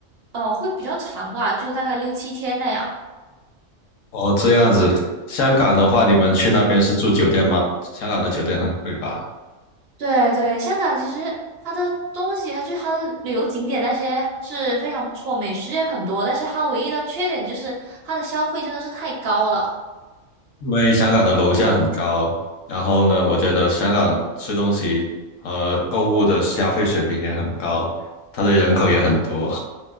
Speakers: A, on the right; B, on the left.
A: 呃，会比较长吧，就大概六七天那样。
B: 哦，这样子，香港的话，你们去那边是住酒店吗？香港的酒店很贵吧？
A: 对对，香港其实它的东西，它就是它的旅游景点那些是非常不错，美食也很多，但是它唯一的缺点就是它的消费真的是太高了。
B: 因为香港的楼价很高，然后呢，我觉得香港吃东西和购物的消费水平也很高，它的人口也很多，